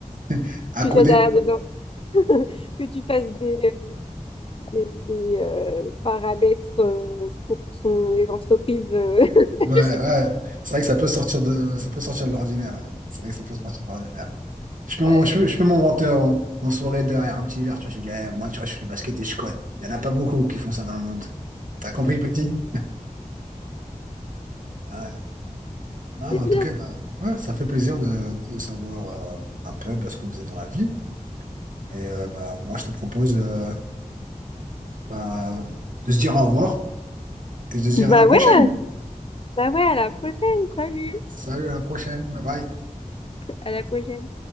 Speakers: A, on the right (about 75°); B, on the left (about 40°).
A: <laughs> à
B: tu
A: côté.
B: sois derrière des hommes, <laughs> que tu fasses des, euh, des, des, euh, paramètres euh, pour ton, les entreprises. euh, <laughs>
A: Ouais, ouais.
B: je sais
A: C'est vrai que ça peut sortir de, ça peut sortir de l'ordinaire. ouais. C'est vrai que ça peut sortir de l'ordinaire. Je peux,
B: pas,
A: m'en- je peux,
B: mais
A: je peux m'en vanter en, en soirée derrière un petit verre, tu vois. Je me dis, Eh, moi, tu vois, je fais du basket et je code. Il n'y en a pas beaucoup qui font ça dans le monde. T'as compris, petit? Ouais. Non,
B: c'est bien
A: en tout cas,
B: ça.
A: bah, ouais, ça fait plaisir de, de savoir euh, un peu bah, ce qu'on faisait dans la vie. Et euh, bah, moi, je te propose euh, bah, de se dire au revoir et de se dire
B: Bah
A: à la prochaine.
B: ouais, bah ouais, à la prochaine. Salut,
A: Salut, à la prochaine. Bye bye.
B: à la prochaine.